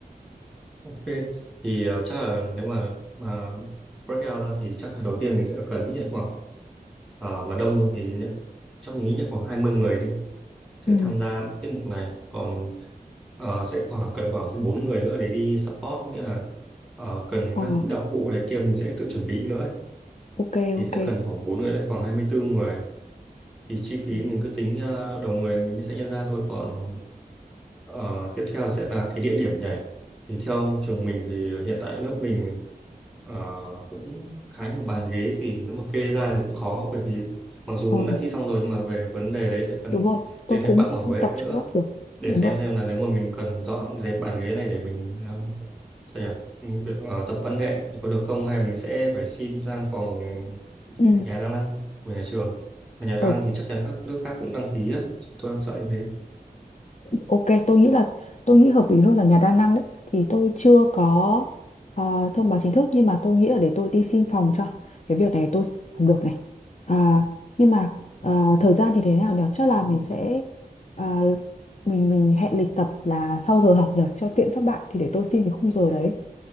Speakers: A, in the centre; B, on the left.
A: Ok thì ờ, chắc là nếu mà mà breakout ra thì chắc là đầu tiên mình sẽ cần ít nhất khoảng ờ, mà đông thì nhé- chắc mình nghĩ nhất khoảng 20 người đi sẽ
B: Ừ.
A: tham gia tiết mục này còn ờ, sẽ khoảng cần khoảng thêm bốn người nữa để đi support nghĩa là ờ, cần
B: Ờ,
A: các đạo cụ này kia mình sẽ tự chuẩn bị nữa
B: ok
A: thì
B: ok.
A: sẽ cần khoảng 4 người hay khoảng 24 người thì chi phí
B: Ừ.
A: mình cứ tính ờ, đầu người mình sẽ nhân ra thôi còn ờ, tiếp theo sẽ là cái địa điểm nhảy thì theo trường mình thì hiện tại lớp mình ờ, cũng khá nhiều bàn ghế thì nếu mà kê ra thì cũng khó bởi vì mặc dù
B: Ờ.
A: cũng đã thi xong rồi nhưng mà về vấn đề đấy sẽ cần
B: đúng rồi tôi
A: liên hệ
B: cũng
A: bạn
B: nghĩ
A: bảo
B: không
A: vệ
B: tập
A: nữa
B: trong lớp được
A: để
B: đúng
A: xem
B: rồi
A: xem
B: đúng
A: là nếu mà mình cần dọn dẹp bàn ghế này để mình ờ, sao nhỉ Ừ, được, ờ, tập văn nghệ thì có được không hay mình sẽ phải xin sang phòng
B: Ừ.
A: nhà đang đăng của nhà trường mà nhà đang
B: Ờ,
A: đăng thì chắc chắn các nước khác cũng đăng ký á tôi đang sợ như thế
B: ok tôi nghĩ là tôi nghĩ hợp lý hơn là nhà đa năng đấy thì tôi chưa có à, thông báo chính thức nhưng mà tôi nghĩ là để tôi đi xin phòng cho cái việc này tôi làm được này à, nhưng mà à, thời gian thì thế nào nhỉ chắc là mình sẽ à, mình mình hẹn lịch tập là sau giờ học rồi cho tiện các bạn thì để tôi xin cái khung giờ đấy